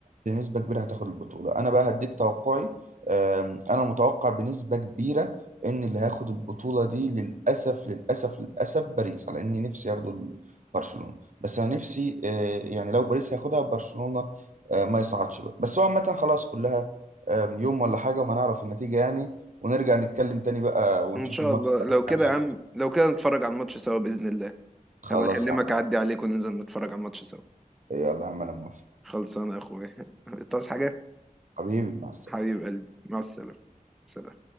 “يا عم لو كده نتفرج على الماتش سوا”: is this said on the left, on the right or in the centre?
Centre